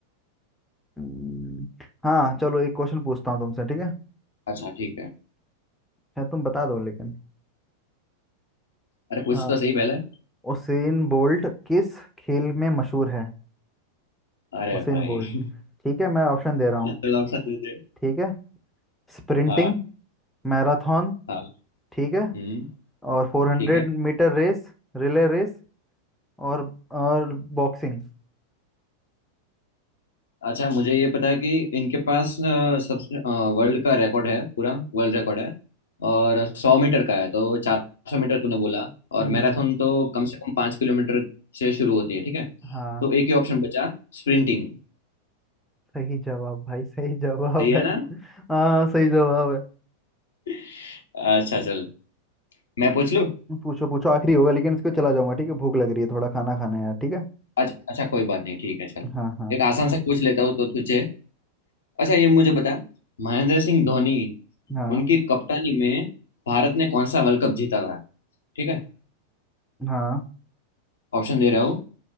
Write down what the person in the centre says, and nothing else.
हम्म, हाँ चलो एक क्वेश्चन पूछता हूँ तुमसे ठीक है
शायद तुम बता दो लेकिन
आ,
उसेन बोल्ट किस खेल में मशहूर है
Usain
Bolt
ठीक है मैं ऑप्शन दे रहा हूँ
ठीक है स्प्रिंटिंग
मैराथन
ठीक
है और four hundred
metre race relay race और और बॉक्सिंग
हम्म
हाँ
सही जवाब भाई सही जवाब
है
हाँ सही जवाब है
पूछो पूछो आखिरी होगा लेकिन इसको चला जाऊंगा ठीक है भूख लग रही है थोड़ा खाना खाना है यार ठीक है
हाँ हाँ
हाँ
हाँ